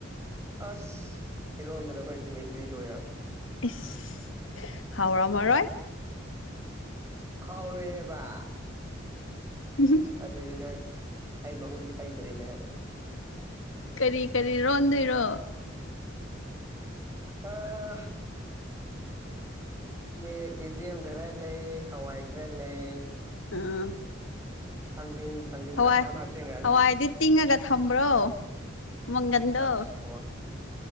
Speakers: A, on the right; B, on the left.
A: ꯑꯁ ꯏꯔꯣꯟꯕꯗ ꯑꯩꯈꯣꯏ ꯄꯤ ꯍꯩꯁ ꯗꯤ ꯂꯣꯏꯔꯝꯅꯦ
B: ꯏꯁ ꯍꯥꯎꯔꯝ ꯃꯔꯣꯏ
A: ꯍꯧꯥꯎꯔꯨꯌꯦꯦꯕ
B: ꯎ
A: ꯑꯗꯨꯗꯤ ꯅꯪ ꯑꯩ ꯃꯒꯨꯟ ꯈꯪꯗ꯭ꯔꯤꯅꯦ ꯑꯗꯨ
B: ꯀꯔꯤ ꯀꯔꯤ ꯔꯣꯟꯗꯣꯏꯔꯣ
A: ꯑ ꯌꯦ ꯌꯦꯗꯤꯦꯝ ꯈꯔ ꯂꯩ ꯍꯋꯥꯏ ꯈꯔꯦ ꯂꯩ
B: ꯑꯥ
A: ꯊꯥꯡꯖꯤꯡ ꯊꯥꯡꯖꯤꯡ
B: ꯍꯋꯥꯏ
A: ꯇꯪꯈꯥꯏ ꯑꯃ ꯍꯥꯞꯆꯤꯟꯈ꯭ꯔꯅꯤ
B: ꯍꯋꯥꯏꯗꯤ ꯇꯤꯡꯉꯒ ꯊꯝꯕ꯭ꯔꯣ ꯃꯪꯒꯟꯗꯣ
A: ꯑꯁ ꯀꯃꯥꯏ